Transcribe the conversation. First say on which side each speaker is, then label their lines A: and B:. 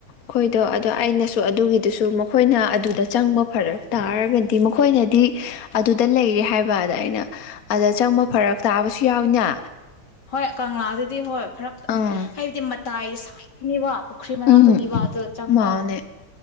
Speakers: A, on the left; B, on the left.
A: ꯑꯩꯣꯏ ꯑꯗꯣ ꯑꯗꯣ ꯑꯩꯅꯁꯨ ꯑꯗꯨꯒꯤꯗꯨꯁꯨ ꯃꯈꯣꯏꯅ ꯑꯗꯨꯗ ꯆꯪꯕ ꯐꯔꯛ ꯇꯥꯔꯒꯗꯤ ꯃꯈꯣꯏꯅꯗꯤ ꯑꯗꯨꯗ ꯂꯩꯔꯦ ꯍꯥꯏꯕ ꯑꯗ ꯑꯩꯅ ꯑꯗ ꯆꯪꯕ ꯐꯔꯛ ꯇꯥꯕꯁꯨ ꯌꯥꯎꯏꯅꯦ
B: ꯍꯣꯏ ꯀꯪꯂꯥꯗꯗꯤ ꯍꯣꯏ ꯐꯔꯛ ꯍꯥꯏ
A: ꯑꯪ
B: ꯍꯥꯏꯗꯤ ꯃꯇꯥꯏ ꯁꯥꯏꯠꯇꯅꯤꯕ ꯄꯨꯈ꯭ꯔꯤ ꯃꯅꯥꯛꯇꯅꯤꯕ
A: ꯎꯝ
B: ꯑꯗꯨꯣ ꯆꯪꯕ
A: ꯃꯥꯅꯦ